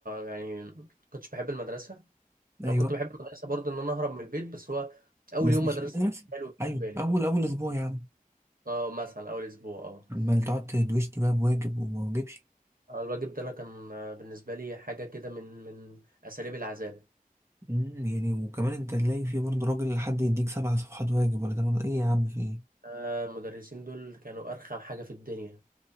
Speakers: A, on the right (about 70°); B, on the right (about 20°).
A: يعني كنتش بحب المدرسه
B: ايوه
A: انا كنت بحب المدرسه برضو ان انا اهرب من البيت بس هو اول
B: بس
A: يوم
B: مش
A: مدرسه
B: للمدرسه
A: كان حلو
B: ايوه
A: بالنسبه
B: اول
A: لي
B: اول اسبوع يا عم
A: اه مثلا اول اسبوع اه
B: امال تقعد تدوشني بقى بواجب وما واجبش
A: آه، الواجب ده انا كان آه، بالنسبه لي حاجه كده من من اساليب العذاب
B: امم يعني وكمان انت تلاقي في برضه راجل حد يديك سبع صفحات واجب ولا تمام ايه يا عم في ايه
A: آه، المدرسين دول كانوا ارخم حاجه في الدنيا